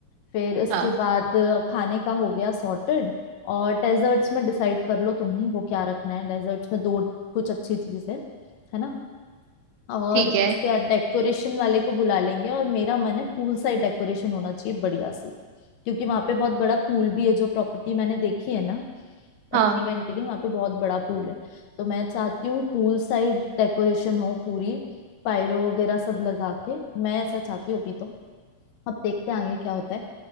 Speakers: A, on the left; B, on the right.
A: फिर उसके
B: <laughs> हाँ
A: बाद खाने का हो गया सॉर्टेड और डेजर्ट्स में डिसाइड कर लो तुम ही वो क्या रखना है डेजर्ट्स में दो कुछ अच्छी चीज है है ना और
B: ठीक है
A: उसके बाद डेकोरेशन वाले को बुला लेंगे और मेरा मन है पूल साइड डेकोरेशन होना चाहिए बढ़िया सी क्योंकि वहां पे बहुत बड़ा पूल भी है जो प्रॉपर्टी मैंने देखी है ना
B: हाँ
A: अपने इवेंट के लिए वहां पे बहुत बड़ा पूल है तो मैं चाहती हूँ पूल साइड डेकोरेशन हो पूरी पायरो वगैरह सब लगा के मैं ऐसा चाहती हूँ अभी तो अब देखते हैं आगे क्या होता है